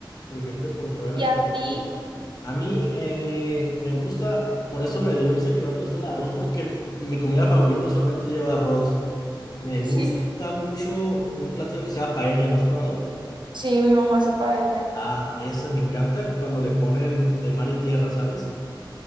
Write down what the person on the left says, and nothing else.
Crujiente por fuera
y
por dentro.
A mí eh, me gusta, por eso me dio risa que no te gusta el arroz, porque m- mi comida favorita usualmente lleva arroz. Me
gusta mucho un platillo que sea paella, ¿lo has probado?
Ah, esa me encanta cuando le ponen de mar y tierra, ¿sabes?